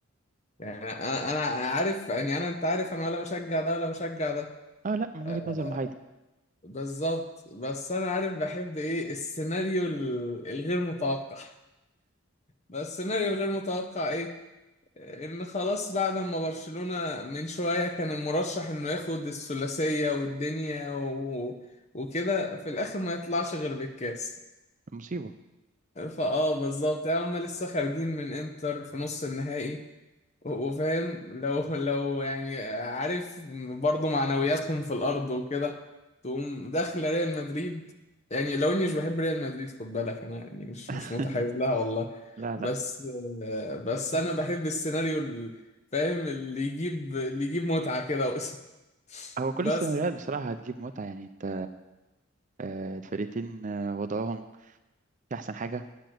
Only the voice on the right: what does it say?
آه لا من
وجهة نظر محايدة
مصيبة
<laughs>
لا
لا
هو كل
السيناريوهات بصراحة هتجيب متعة يعني أنت آه، الفرقتين آه، وضعهم مش أحسن حاجة